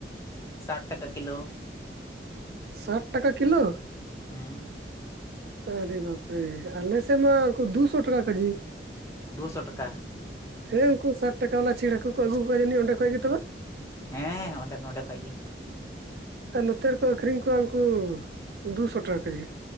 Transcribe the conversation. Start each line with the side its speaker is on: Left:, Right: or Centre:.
Left: ᱥᱟᱴ ᱴᱟᱠᱟ ᱠᱤᱞᱳ᱾
Right: ᱥᱟᱴ ᱴᱟᱠᱟ ᱠᱤᱞᱳ
Left: ᱦᱮᱸ
Right: ᱟᱹᱨᱮ ᱵᱟᱯᱨᱮ ᱟᱞᱮ ᱥᱮᱫ ᱢᱟ ᱩᱱᱠᱩ ᱫᱩᱥᱚ ᱴᱟᱠᱟ ᱠᱮᱡᱤ᱾
Left: ᱫᱩ ᱥᱚ ᱴᱟᱠᱟ᱾
Right: ᱦᱮᱸ ᱩᱱᱠᱩ ᱥᱟᱴ ᱴᱟᱠᱟ ᱵᱟᱞᱟ ᱪᱷᱲᱱ ᱦᱠᱩ ᱠᱚ ᱟᱹᱜᱩ ᱠᱚᱣᱟ ᱡᱟᱹᱱᱤᱡ ᱚᱸᱰᱮ ᱠᱷᱚᱱ ᱜᱮ ᱛᱚᱵᱮ᱾
Left: ᱦᱮᱸ ᱚᱸᱰᱮ ᱱᱚᱰᱮ ᱠᱷᱚᱡ ᱜᱤ᱾
Right: ᱟᱨ ᱱᱚᱛᱮ ᱨᱮᱠᱚ ᱟᱹᱠᱷᱨᱤᱧ ᱠᱚᱣᱟ ᱩᱱᱠᱩ ᱫᱩᱥᱚ ᱴᱟᱠᱟ ᱠᱮᱡᱤ᱾